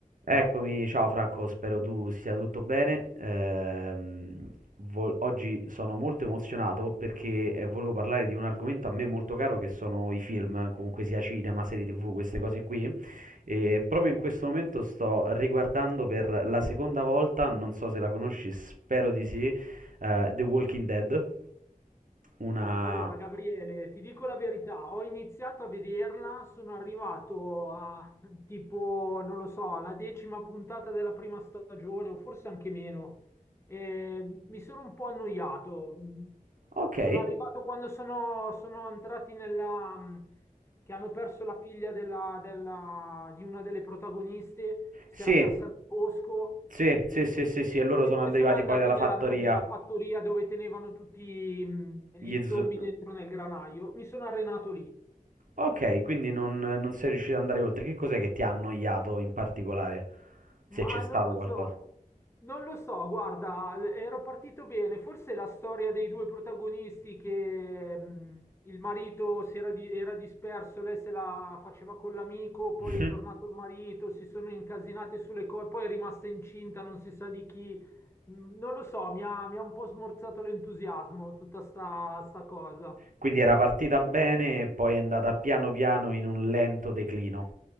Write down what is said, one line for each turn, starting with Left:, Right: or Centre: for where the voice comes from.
Right: Eccomi, ciao Franco, spero tu stia tutto bene. Ehm, vo- oggi sono molto emozionato perché eh, volevo parlare di un argomento a me molto caro che sono i film, comunque sia cinema, serie TV, queste cose qui. E proprio in questo momento sto riguardando per la seconda volta, non so se la conosci, spero di sì, eh, The Walking Dead. Una...
Left: Allora, Gabriele, ti dico la verità, ho iniziato a vederla, sono arrivato a tipo, non lo so, alla decima puntata della prima stagione o forse anche meno. E mi sono un po' annoiato.
Right: Ok,
Left: Sono arrivato quando sono, sono entrati nella... che hanno perso la figlia della, della- di una delle protagoniste, si
Right: sì.
Left: era persa nel bosco
Right: Sì, sì, sì, sì, sì, e loro
Left: e
Right: sono
Left: poi
Right: arrivati
Left: sono andati
Right: poi dalla
Left: nella,
Right: fattoria.
Left: nella fattoria dove tenevano tutti mh, gli
Right: Gli zo-
Left: zombie dentro nel granaio. Mi sono arenato lì.
Right: Ok, quindi non, non sei riuscito ad andare oltre. Che cos'è che ti ha annoiato in particolare? Se
Left: Ma
Right: c'è stato
Left: non lo
Right: qualcosa.
Left: so, non lo so, guarda, l- ero partito bene. Forse la storia dei due protagonisti che mh, il marito si era, di- era disperso, lei se la faceva con l'amico, poi
Right: <laughs>
Left: è tornato il marito, si sono incasinate sulle cose, poi è rimasta incinta, non si sa di chi. Mh, Non lo so, mi ha, mi ha un po' smorzato l'entusiasmo tutta sta, sta cosa.
Right: Quindi era partita bene e poi è andata piano piano in un lento declino.